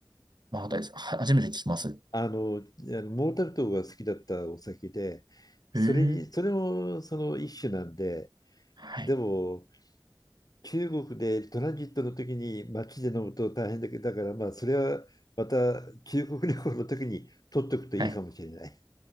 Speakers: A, on the right (about 60°); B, on the left (about 50°).
A: まあ、です。は初めて聞きます。
B: あの、あのモータルトが好きだったお酒で、それに、
A: へえ。
B: それもその一種なんで、
A: はい。
B: でも、中国でトランジットの時に街で飲むと大変だけど、だからまあ、それはまた中国旅行の時に取っておくといいかもしれない。
A: はい。